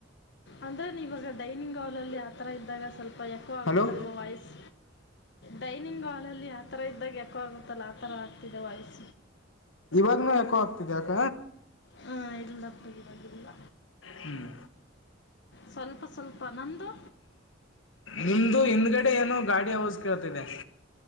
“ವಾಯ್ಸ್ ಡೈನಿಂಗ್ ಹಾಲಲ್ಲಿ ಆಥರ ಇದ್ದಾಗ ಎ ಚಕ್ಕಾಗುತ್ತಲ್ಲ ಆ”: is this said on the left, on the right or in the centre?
Left